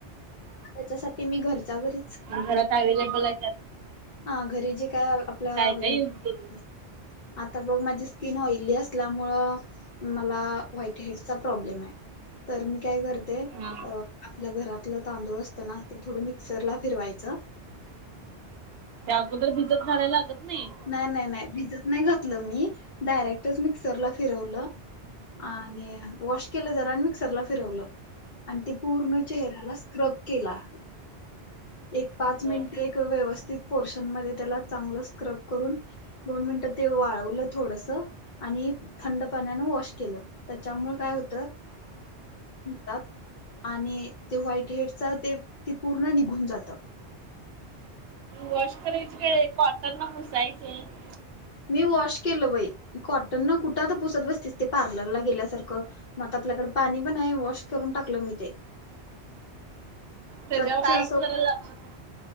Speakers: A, on the left; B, on the right.
A: त्याच्यासाठी मी घरच्या घरी
B: अन घरात ॲवेलेबल आहे का?
A: हा घरी जे काय आपला
B: काय
A: अवेलेबल
B: काय युज केली?
A: आता बघ माझी स्किन ओईली असल्यामुळ मला व्हाईट हेडचा प्रॉब्लेम आहे तर मी काय करते
B: हा.
A: अ आपल्या घरातल तांदूळ असताना ते थोड मिक्सरला फिरवायच
B: ते अगोदर भिजत घालायला लागत नाही?
A: नाही नाही नाही भिजत नाही घातल मी डायरेक्टच मिक्सरला फिरवल आणि वॉश केल जरा अन आणि मिक्सरला फिरवल. आण ते पूर्ण चेहऱ्याला स्क्रब केला. एक पाच
B: बर.
A: मिनिटे एक व्यवस्थित पोर्शन मध्ये त्याला चांगल स्क्रब करून दोन मिनिट ते वाळवल थोडस. आणि थंड पाण्यानं वॉश केल त्याच्यामुळे काय होत. तात आणि ते व्हाईट हेड चा ते ते पूर्ण निघून जातात. त.
B: वॉश करायची काय कॉटन न पुसायचं होतं.
A: मी वॉश केलं बाई, कॉटन न कुठं आता पुसत बसतेस ते पार्लरला गेल्यासारखं. म आता आपल्याकडे पाणी पण आहे वॉश करून टाकलं मी.
B: त्याच्यावर
A: स्वच्छ
B: आईस
A: असं,
B: जरा लावू शकतो.